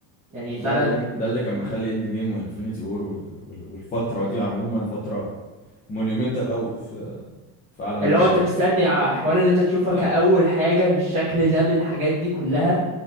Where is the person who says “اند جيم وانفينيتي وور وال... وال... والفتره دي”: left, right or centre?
Left